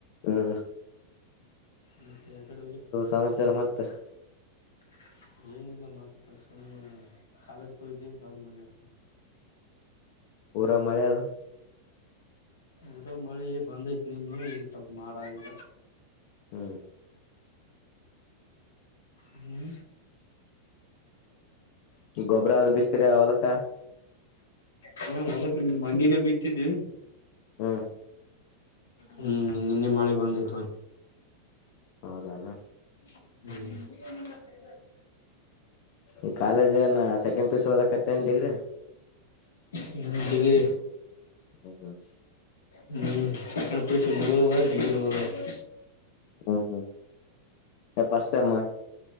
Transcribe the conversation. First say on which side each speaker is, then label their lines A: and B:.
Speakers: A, on the left; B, on the left.
A: ಹ
B: ಮತ್ತೆ ಕಡೆ ಹೋಗ
A: ಸಮಾಚಾರ ಮತ್
B: <unintelligible> ಏನಿಲ್ಲ ಮತ್ತ ಹ್ಮ್ ಕಾಲಜ ಕ ದ ಬಲ್ ಮನೆ <inaudible>
A: ಊರಾಗ ಮಳೆ ಅದ
B: ಊರಾಗ ಮಳಿ ಬಂದೈತಿ ನಿನ್ನ <unintelligible> ಈಗ ಸ್ವಲ್ಪ ಮಾಡಾಗದ
A: ಹ್ಮ್
B: ಹ್ಮ್
A: ಗೊಬ್ಬರ <unintelligible> ಅದ ಬಿತ್ರ ಹೊಲ್ಕ
B: ಹಾ ಹೊಳಕ ನಿ ಮನನೆೇ ಬಿತ್ತಿದ್ದು
A: ಹಾ
B: ಹ್ಮ್ ನಿನ್ನೆ ಮಳೆ ಬಂದೈ್ತು
A: ಹೌದಣ
B: <inaudible>
A: ಈ ಕಾಲೇಜ್ ಸೆಕೆಂಡ್ ಪಿಯುಸಿ ಓದಕತ್ತನ್ ಡಿಗ್ರಿ
B: ಹ್ಮ ಡಿಗ್ರಿ
A: ಹ
B: ಹ್ಮ್ <unintelligible> ಸೆಕೆಂಡ್ ಪಿಯುಸಿ ಮುಗ್ಧವ ಡಿಗ್ರಿ ಓದೋದು
A: ಹ್ಮ್ ಹ್ಮ್ ಫಸ್ಟ್ ಸೆಂ ಆ